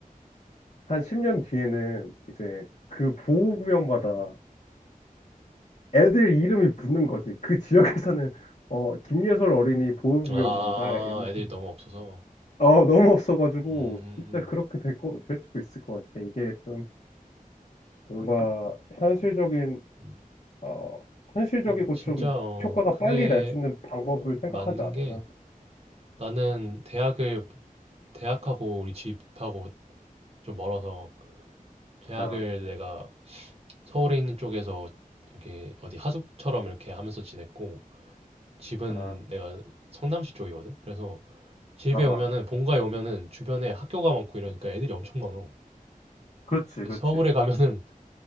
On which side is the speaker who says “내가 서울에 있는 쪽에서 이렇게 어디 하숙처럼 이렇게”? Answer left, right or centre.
Right